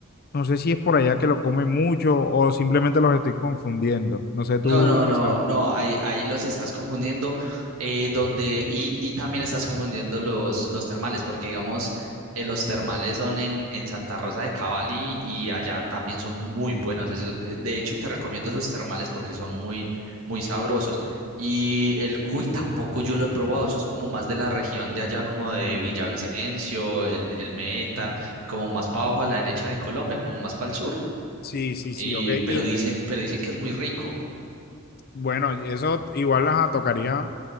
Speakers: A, on the left (about 45°); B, on the right (about 80°).
A: No sé si es por allá que lo comen mucho o simplemente los estoy confundiendo. No sé tú
B: No, no,
A: qué
B: no,
A: sabes.
B: no, ahí, ahí los estás confundiendo, eh, donde, y, y también estás confundiendo los, los termales, porque digamos, eh, los termales son en, en Santa Rosa de Cavalli y allá también son muy buenos. eso- eh, de hecho, te recomiendo esos termales porque son muy, muy sabrosos. Y el cuy tampoco yo lo he probado, eso es como más de la región de allá, como de Villavicencio, el, el Meta, como más para abajo a la derecha de Colombia, como más para el sur.
A: Sí, sí, sí,
B: Y,
A: ok.
B: pero
A: Y,
B: dicen, pero dicen que es muy rico.
A: Bueno, eso igual las tocaría,